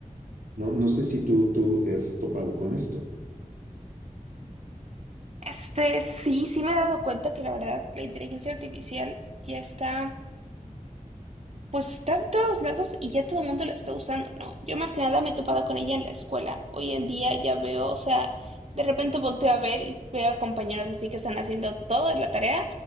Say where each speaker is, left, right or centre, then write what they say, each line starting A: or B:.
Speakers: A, on the right; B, on the right.
A: No, no sé si tú, tú te has topado con esto.
B: Este, sí, sí me he dado cuenta que la verdad la inteligencia artificial ya está Pues está en todos lados y ya todo el mundo la está usando, ¿no? Yo más que nada me he topado con ella en la escuela. Hoy en día ya veo, o sea, de repente volteo a ver y veo a compañeros así que están haciendo toda la tarea,